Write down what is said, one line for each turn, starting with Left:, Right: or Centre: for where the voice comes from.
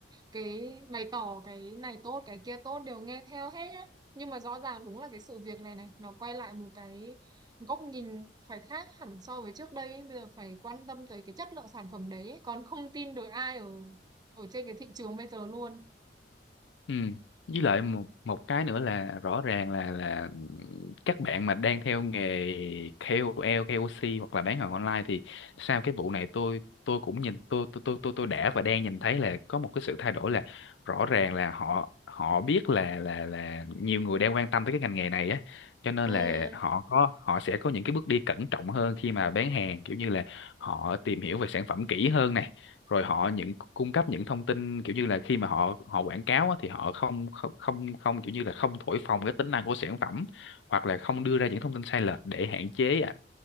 Right: cái bày tỏ cái này tốt cái kia tốt đều nghe theo hết á nhưng mà rõ ràng đúng là cái sự việc này này nó quay lại một cái góc nhìn phải khác hẳn so với trước đây ấy. Bây giờ phải quan tâm tới cái chất lượng sản phẩm đấy ấy. còn không tin được ai ở ở trên cái thị trường bây giờ luôn
Left: Ừ. Với lại một một cái nữa là rõ ràng là là các bạn mà đang theo nghề KOL, KOC hoặc là bán hàng online thì sau cái vụ này tôi tôi cũng nhìn tôi tôi tôi tôi tôi đã và đang nhìn thấy là có một cái sự thay đổi là rõ ràng là họ họ biết là là là nhiều người đang quan tâm tới cái ngành nghề này á cho nên
Right: Ừ,
Left: là họ có họ sẽ có những cái bước đi cẩn trọng hơn khi mà bán hàng kiểu như là họ tìm hiểu về sản phẩm kỹ hơn này rồi họ những cung cấp những thông tin kiểu như là khi mà họ họ quảng cáo á, thì họ không không không không kiểu như là không thổi phồng cái tính năng của sản phẩm hoặc là không đưa ra những thông tin sai lệch để hạn chế ạ,